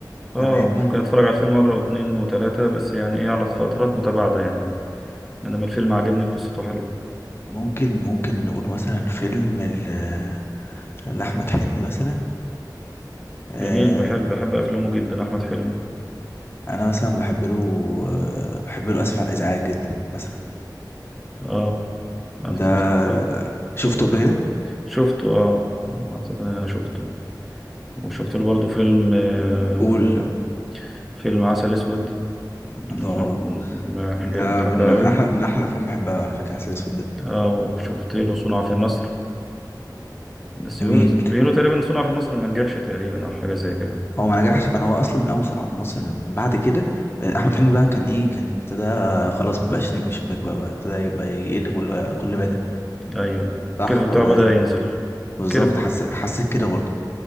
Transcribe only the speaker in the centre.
اه
ممكن اتفرج على الفيلم مره واتنين وتلاته بس يعني ايه على فترات متباعده يعني ما دام الفيلم عاجبني وقصته حلوه
جميل بحب بحب افلامه جدا احمد حلمي
اه أفت-
أفت- أفت-
شفته اه اعتقد ان انا شفته وشفت له برضه فيلم آه،
فيلم عسل اسود من
افلام بحاج-
بحبها
قوي
اه وشفت له صنع في مصر بس
بيقولوا بيقولوا تقريبا صنع في مصر ما نجحش تقريبا او حاجه زي كده
ايوه الكيرف
بتاعه بدأ
ينزل الكيرف